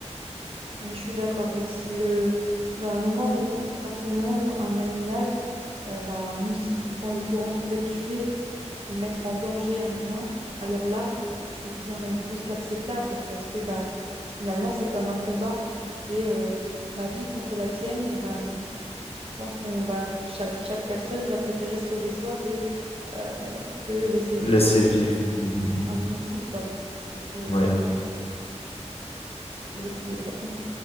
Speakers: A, on the right; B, on the left.
A: Oui, je suis d'accord. Oui, si le, dans le moment où, à partir du moment où un animal, euh, bah, un moustique du coup en l'occurrence, peut tuer et mettre en danger un humain, alors là, c'est devient même plus qu'acceptable parce que bah c'est- finalement c'est comme un combat, c'est euh, ma vie contre la tienne et bah m- je pense qu'on bah chaque chaque personne va préférer se sauver soi que euh, que laisser vivre
B: Laisser
A: un,
B: vivre. Mhm,
A: un moustique quoi. Donc euh,
B: mhm. Ouais.
A: non, faut les tuer quoi.